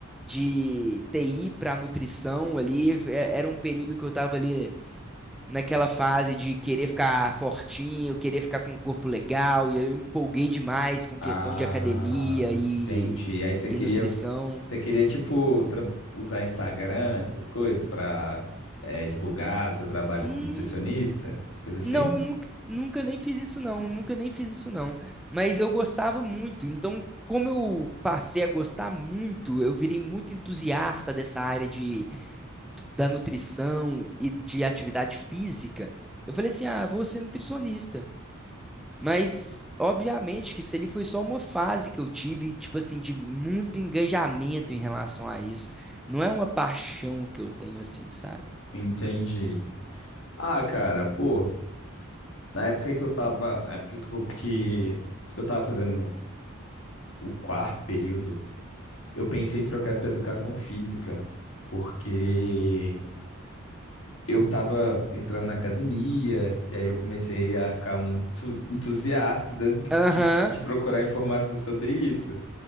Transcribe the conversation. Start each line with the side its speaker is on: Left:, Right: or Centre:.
Centre: de TI para nutrição ali, é- era um período que eu estava ali. naquela fase de querer ficar fortinho, querer ficar com um corpo legal, e aí eu empolguei demais com
Left: Ah,
Centre: questão de academia e,
Left: entendi. Aí você queria,
Centre: e nutrição.
Left: você queria tipo tra- usar Instagram, essas coisas pra eh, divulgar seu trabalho
Centre: Hum,
Left: como nutricionista, coisa assim?
Centre: não, nunca, nunca nem fiz isso não, nunca nem fiz isso não. Mas eu gostava muito, então como eu passei a gostar muito, eu virei muito entusiasta dessa área de, da nutrição e de atividade física. Eu falei assim, ah, vou ser nutricionista. Mas, obviamente, que isso ali foi só uma fase que eu tive, tipo assim, de muito engajamento em relação a isso. Não é uma paixão que eu tenho, assim, sabe?
Left: Entendi. Ah, cara, pô, na época que eu tava, na época que eu, que que eu tava fazendo o quarto período, eu pensei em trocar pra educação física, porque eu tava entrando na academia, e aí eu comecei a ficar muito entu- entusiasta de,
Centre: Aham,
Left: de, de procurar informação sobre isso.